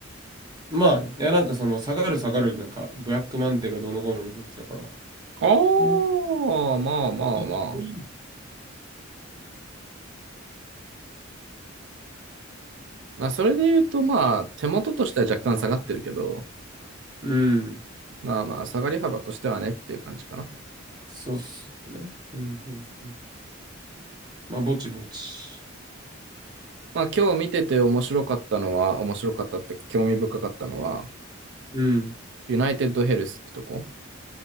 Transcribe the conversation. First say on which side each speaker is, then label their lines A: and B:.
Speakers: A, on the right; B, on the right.
A: まあね、いやなんかその下がる下がる、なんかブラックマンデーがどうのこうのみたいなやつだから。
B: ああ、
A: あ
B: まあまあまあ。
A: いや本当にいいんだ
B: まあそれで言うとまあ手元としては若干下がってるけど、
A: うん。
B: まあまあ下がり幅としてはねっていう感じかな。
A: そうっすね。うん、うん、うん。まあ、ぼちぼち。
B: まあ今日見てて面白かったのは、面白かったっていうか興味深かったのは、
A: うん。
B: ユナイテッドヘルスってとこ。